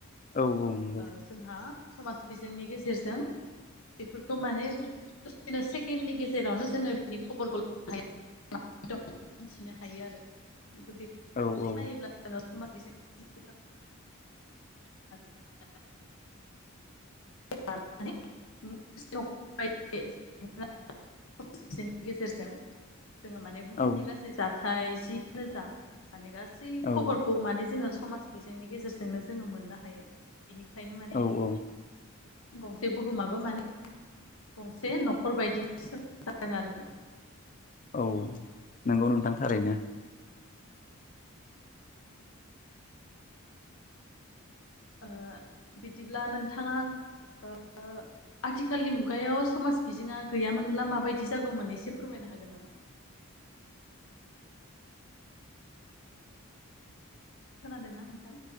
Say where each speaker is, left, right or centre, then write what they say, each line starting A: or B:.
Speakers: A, on the left; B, on the left.
A: औ औ नंगौ
B: ओ जोंहा। समास। बिजोंनि गेजेरजों। बेफोरखौ माने। दसेनो सेकेणडनि गेजेरावनो जोङो बिनि खबरखौ हाया। दं मिनथिनो हायो आरो। <unintelligible>
A: औ औ
B: नायोब्ला जोङो <unintelligible> <unintelligible> गेजेरजों। जोङो माने बुहुमनि
A: औ
B: गासै जाथाय। जि रोजा। माने गासै
A: औ
B: खबरखौ माने जोङो। समाज बिजोंनि गेजेरजोंनो। जोङो मोननो हायो बेनिखायनो माने।
A: औ औ
B: गंसे बुहुमाबो माने गंसे न'खर बायदिसो जादों आरोखि।
A: औ नंगौ नोंथां थारैनो।
B: ओ बिदिब्ला नोंथाङा ओ आथिखालनि मुगायाव समाज बिजोङा गैयामोनब्ला माबायदि जागौमोन एसे फोरमायनो हागोन नामा। खोनादोंना नोंथां।